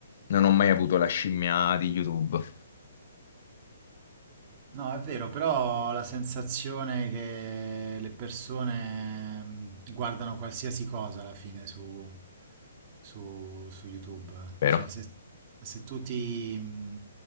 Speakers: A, on the left; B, on the right.
A: non ho mai avuto la scimmia di YouTube,
B: No, è vero, però ho la sensazione che le persone mh, guardano qualsiasi cosa alla fine su, su- su YouTube.
A: vero?
B: Cioè, se, se tu ti, mh,